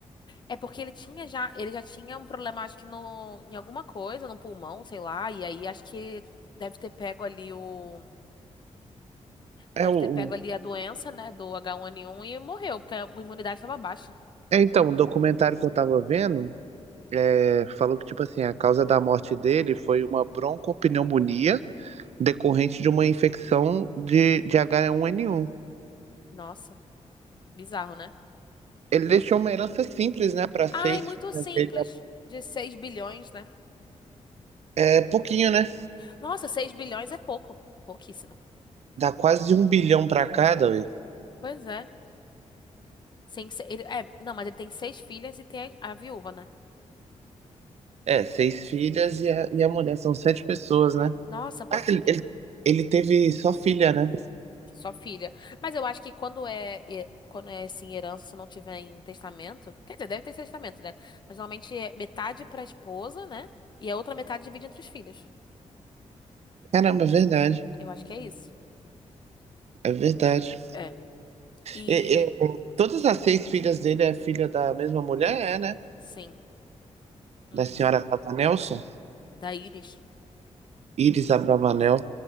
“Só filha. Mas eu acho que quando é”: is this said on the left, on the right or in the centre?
Left